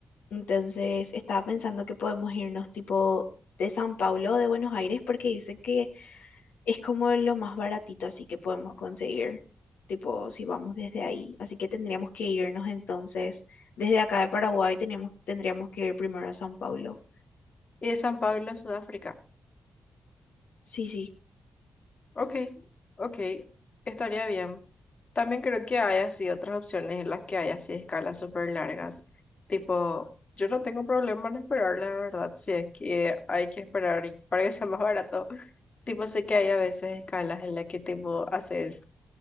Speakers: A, on the left (about 80°); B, on the left (about 45°).
A: Entonces estaba pensando que podemos irnos tipo de San Paulo o de Buenos Aires porque dicen que es como lo más baratito así que podemos conseguir, tipo si vamos desde ahí. Así que tendríamos que irnos entonces desde acá de Paraguay teníamos, tendríamos que ir primero a San Paulo.
B: Y de San Pablo, Sudáfrica.
A: Sí, sí.
B: Ok, ok, estaría bien. También creo que hay así otras opciones en las que hay así escalas súper largas. Tipo, yo no tengo problema en esperar, la verdad, si es que hay que esperar y <laughs> para que sea más barato. Tipo, sé que hay a veces escalas en las que tipo haces